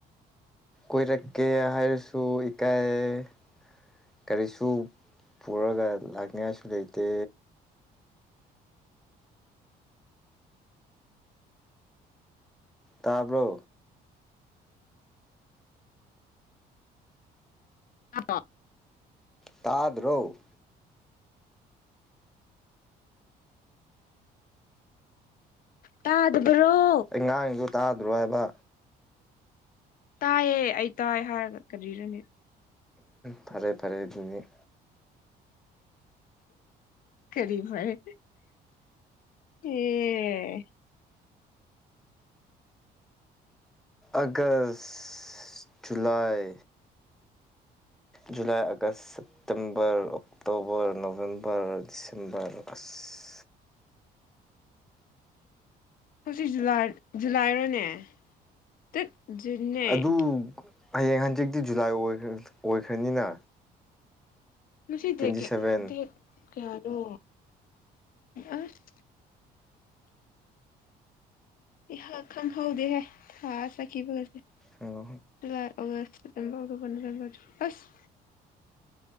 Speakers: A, in the centre; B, on the left.
A: ꯀꯣꯏꯔꯛꯀꯦ ꯍꯥꯏꯔꯁꯨ ꯏꯀꯥꯏꯌ‌ꯦ ꯀꯔꯤꯁꯨ ꯄꯨꯔꯒ ꯂꯥꯛꯅꯤꯉꯥꯏꯁꯨ ꯂꯩꯇꯦ ꯇꯥꯕ꯭ꯔꯣ
B: ꯇꯥꯗ꯭ꯔ‌ꯣ
A: ꯇꯥꯗ꯭ꯔꯣ?
B: ꯇꯥꯗꯕ꯭ꯔꯣ?
A: ꯑꯩ ꯉꯥꯡꯉꯤꯗꯣ ꯇꯥꯗ꯭ꯔꯣ ꯍꯥꯏꯕ?
B: ꯇꯥꯏꯌꯦ ꯑꯩ ꯇꯥꯏ ꯍꯥꯏꯔꯒ ꯀꯔꯤꯔꯅꯦ
A: ꯐꯔꯦ ꯐꯔꯦ ꯑꯗꯨꯅꯤ
B: ꯀꯔꯤ ꯐꯔ‌ꯦ ꯑꯦ
A: August July July August September October November December ꯑꯁ
B: ꯍꯧꯖꯤꯛ ꯖꯨꯂꯥꯏ ꯖꯨꯂꯥꯏꯔꯣꯅꯦ ꯇꯠ ꯖꯨꯟꯅꯦ ꯫
A: ꯑꯗꯨ ꯍꯌꯦꯡ ꯍꯟꯖꯤꯛꯇꯤ ꯖꯨꯂꯥꯏ ꯑꯣꯏꯈ꯭ꯔ ꯑꯣꯏꯈ꯭ꯔꯅꯤꯅ
B: ꯃꯁꯤ
A: ꯇ꯭ꯋꯦꯟꯇꯤ
B: ꯗꯦꯠ ꯀꯌꯥ
A: ꯁꯚꯦꯟ
B: ꯗꯦꯠ ꯀꯌꯥꯅꯣ ꯑꯁ ꯏꯍꯪ ꯈꯪꯍꯧꯗꯦꯍꯦ ꯊꯥ ꯆꯠꯈꯤꯕꯒꯁꯦ
A: ꯑꯣ
B: July August September October November ꯑꯁ